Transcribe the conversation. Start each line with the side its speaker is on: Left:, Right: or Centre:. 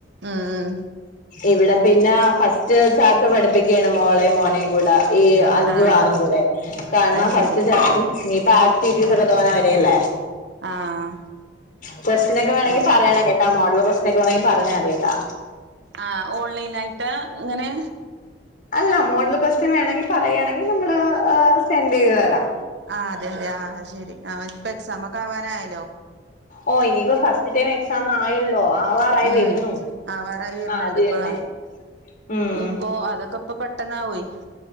Right: ഉം ഉം
Left: ഇവിടെ പിന്നെ ഫസ്റ്റ് ചാച്ച പഠിപ്പിക്കുകയാണ് മോളേയും മോനേയും കൂടെ ഈ അഞ്ചു
Right: ആഹ്
Left: ആറും കൂടെ കാരണം
Right: അത്
Left: ഫസ്റ്റ്
Right: ശരി
Left: ചാപ്റ്റർ ഇനി പ്പം ആക്റ്റിവിറ്റി സൊഒക്കെ തോന വരല്ലേ
Right: ആഹ്
Left: ക്വസ്റ്റനോക്കെ വേണമെങ്കിൽ
Right: അതെ
Left: പറയണം കേട്ടാ മോഡൽ ക്വസ്റ്റനോക്കെ വേണമെങ്കിൽ പറഞ്ഞാൽ മതി കേട്ടാ
Right: ആഹ് ഓൺലൈൻ ആയിട്ട് ഇങ്ങനെ
Left: അല്ല മോഡൽ ക്വസ്റ്റൻ വേണമെങ്കിൽ പറയുകയാണെങ്കിൽ നമ്മള് സെൻഡ് ചെയ്ത് തരാം
Right: ആഹ് അതെ അതെ ആഹ് ശെരി ആഹ് ഇപ്പൊ എക്സാമൊക്കെ ആവാനായല്ലോ
Left: ഓഹ് ഇനിയിപ്പോ ഫസ്റ്റ് ടൈം എക്സാം ആയല്ലോ ആവാറായിയി
Right: ഉം
Left: വരുന്നു
Right: ആവാറായി വരണിണ്ട്
Left: ആഹ് അത്
Right: ഇപ്പൊതാ
Left: തന്നെ ഉം
Right: ഇപ്പൊ അതൊക്കെ ഇപ്പൊ പെട്ടന്നാവയി